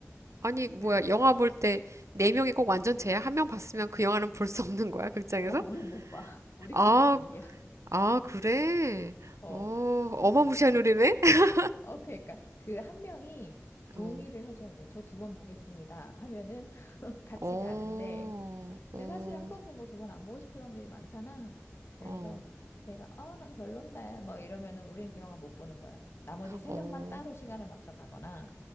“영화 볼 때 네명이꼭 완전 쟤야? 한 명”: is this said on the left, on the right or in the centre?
Right